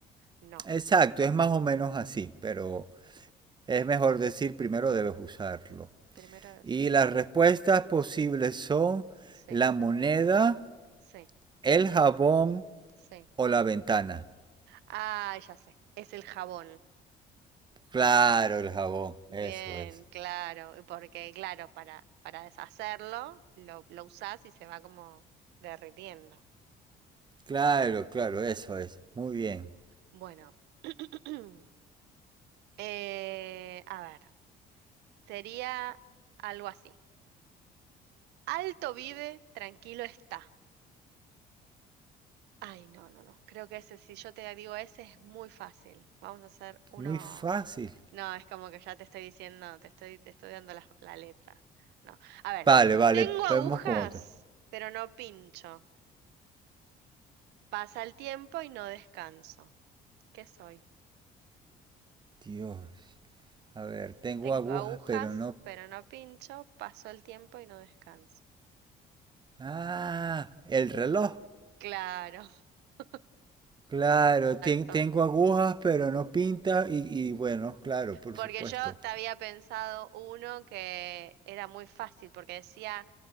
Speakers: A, on the right; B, on the right.
A: No,
B: exacto, es más o menos así, pero es mejor decir primero debes usarlo.
A: primero debes
B: Y
A: usar.
B: las respuestas posibles son
A: Sí,
B: la moneda,
A: sí,
B: el jabón
A: sí.
B: o la ventana.
A: Ah, ya sé. Es el jabón.
B: Claro, el jabón,
A: Bien,
B: eso es.
A: claro, y porque claro, para, para deshacerlo lo, lo usás y se va como derritiendo.
B: Claro, claro, eso es. Muy bien.
A: Bueno, <clears throat> eh, a ver, sería algo así. Alto vive, tranquilo está. Ay, no, no, no, creo que ese, si yo te digo ese es muy fácil. Vamos a hacer uno...
B: Muy fácil.
A: No, es como que ya te estoy diciendo, te estoy, te estoy dando la, la letra. No, a ver,
B: Vale, vale,
A: tengo agujas,
B: vamos con otro.
A: pero no pincho. Pasa el tiempo y no descanso. ¿Qué soy?
B: Dios. A ver, tengo
A: Tengo
B: agujas,
A: agujas,
B: pero no.
A: pero no pincho. Paso el tiempo y no descanso.
B: Ah, el reloj.
A: Claro, <laughs>
B: Claro, ten-
A: exacto.
B: tengo agujas, pero no pinta. Y, y bueno, claro, por
A: Porque
B: supuesto.
A: yo te había pensado uno que era muy fácil, porque decía